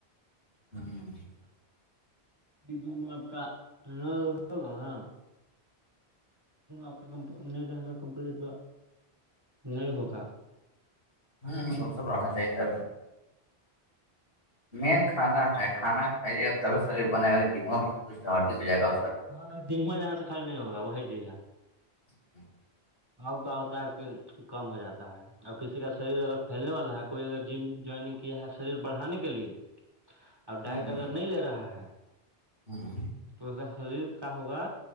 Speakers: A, on the left; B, on the right.
A: ہاں
B: یہ دونوں آپ کا ہوگا نا آپ کا نہیں رہ کمپلیٹ نہیں ہوگا
A: ہوں وہ سب رہنا چاہیتے
B: <inaudible>
A: مین کھانا ہے کھانا کےبیت بنے ہوادی ہو جائے گا
B: ہاں دنگواں جانے سے کل نہیں ہوا وہی چیز ہے
A: <inaudible>
B: اؤ کا ہوتا ہے کہ کم ہو جاتا ہے ا کسی کا شریر اگر پھیلنے والا ہے کوئی اگر جم جوائننگ کیا ہے شریر بڑانے کے لیے اور ڈائٹ
A: ہوں
B: اگر لے رہا ہے
A: ہاں
B: تو اس کا خریر کا ہوگا